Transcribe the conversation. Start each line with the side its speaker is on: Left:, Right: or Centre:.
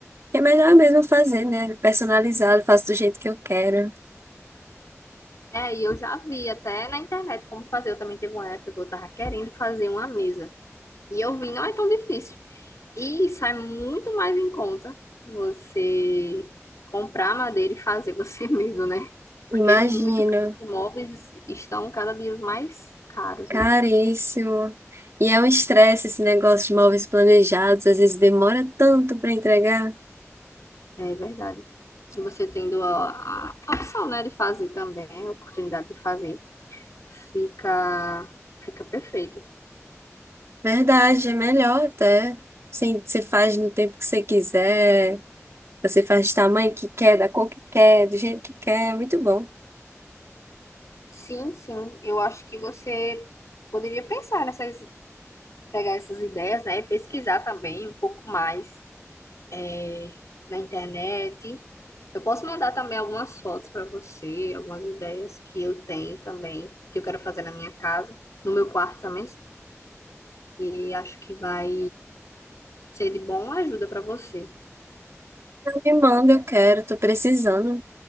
Right: que é melhor mesmo fazer, né? Personalizado, faço do jeito que eu quero.
Left: É, e eu já vi até na internet como fazer. Eu também teve uma época que eu tava querendo fazer uma mesa. E eu vi, não é tão difícil. E sai muito mais em conta você comprar madeira e fazer <laughs> você mesmo, né? Porque
Right: Imagino,
Left: é muito caro. Os móveis estão cada dia mais caros,
Right: caríssimo.
Left: né?
Right: E é um estresse esse negócio de móveis planejados, às vezes demora tanto para entregar.
Left: É verdade. Se você tendo a, a opção, né, de fazer também, a oportunidade de fazer, fica, fica perfeito.
Right: Verdade, é melhor até. Sim, você faz no tempo que você quiser. Você faz do tamanho que quer, da cor que quer, do jeito que quer, muito bom.
Left: Sim, sim. Eu acho que você poderia pensar nessas pegar essas ideias, né? Pesquisar também um pouco mais é, na internet. Eu posso mandar também algumas fotos para você, algumas ideias que eu tenho também, que eu quero fazer na minha casa, no meu quarto também. E acho que vai ser de bom ajuda para você.
Right: Ela Me manda, eu quero, tô precisando.